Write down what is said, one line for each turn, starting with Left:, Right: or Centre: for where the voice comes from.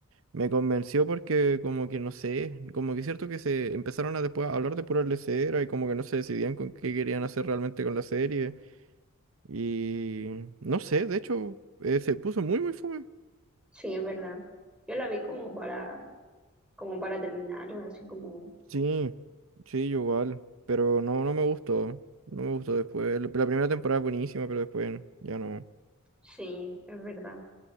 Right: Me convenció porque como que no sé, como que es cierto que se empezaron a después a hablar de pura lesera y como que no se decidían con qué querían hacer realmente con la serie. Y no sé, de hecho, eh, se puso muy muy fome.
Centre: Sí, es verdad. Yo la vi como para, como para terminarla, así como,
Right: Sí, sí, yo igual. Pero no, no me gustó. No me gustó después. La la primera temporada es buenísima, pero después ya no.
Centre: sí, es verdad.